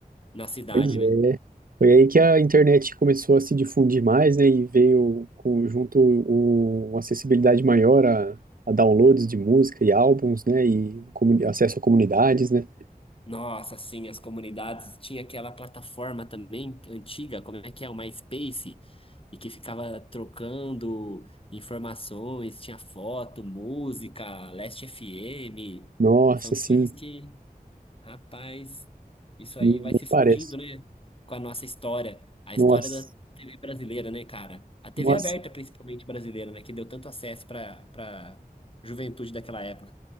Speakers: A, on the left; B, on the right.
A: na cidade,
B: Pois
A: né?
B: é. Foi aí que a internet começou a se difundir mais, né? E veio com, junto o, uma acessibilidade maior a, a downloads de música e álbuns, né? E comuni- acesso a comunidades, né?
A: Nossa, sim, as comunidades. Tinha aquela plataforma também antiga, como é que é? O MySpace, e que ficava trocando informações, tinha foto, música, Last FM.
B: Nossa,
A: São coisas
B: sim.
A: que, rapaz, isso aí
B: E nem
A: vai se fundindo,
B: parece.
A: né? Com a nossa história, a
B: Nossa,
A: história da TV brasileira, né, cara? A TV
B: nossa.
A: aberta, principalmente brasileira, né? Que deu tanto acesso para para juventude daquela época.